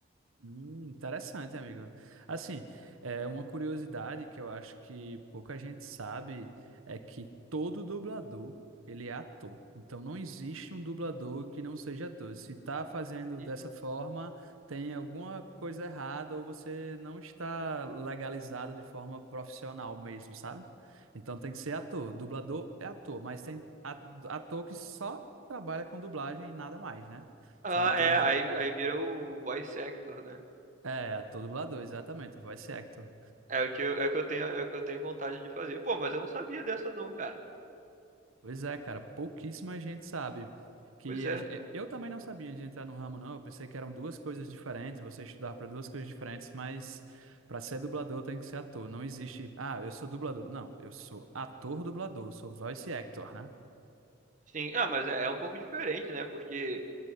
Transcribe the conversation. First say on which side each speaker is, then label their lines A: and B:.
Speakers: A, on the right; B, on the right.
A: Hum, interessante, amigo. Assim, é uma curiosidade que eu acho que pouca gente sabe é que todo dublador, ele é ator. Então não existe um dublador que não seja ator. Se está fazendo
B: Uhum.
A: dessa forma, tem alguma coisa errada ou você não está legalizado de forma profissional mesmo, sabe? Então tem que ser ator. Dublador é ator, mas tem a- ator que só trabalha com dublagem e nada mais, né?
B: Ah,
A: São atores
B: é, aí aí vira o voice actor, né?
A: é, ator dublador, exatamente, voice actor.
B: É o que eu, é o que eu tenho, é o que eu tenho vontade de fazer. Pô, mas eu não sabia dessa não, cara.
A: Pois é, cara, pouquíssima gente sabe. Que
B: Pois é.
A: a gen- eu eu também não sabia de entrar no ramo, não. Eu pensei que eram duas coisas diferentes, você estudava para duas coisas diferentes, mas para ser dublador tem que ser ator. Não existe, ah, eu sou dublador. Não, eu sou ator dublador, sou voice actor, né?
B: Sim. Ah, mas é, é um pouco diferente, né? Porque